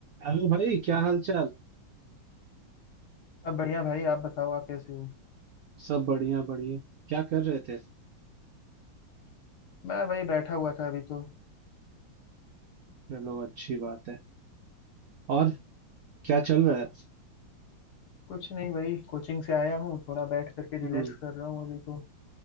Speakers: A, on the right (about 75°); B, on the left (about 60°).
A: Hello भाई क्या हाल चाल
B: सब बढ़िया भाई आप बताओ आप कैसे हो
A: सब बढ़िया बढ़िया क्या कर रहे थे
B: मैं वही बैठा हुआ था अभी तो
A: चलो अच्छी बात है और क्या चल रहा है
B: कुछ नहीं वही कोचिंग से आया हूँ थोड़ा बैठ करके
A: हम्म
B: रिलैक्स कर रहा हूँ अभी तो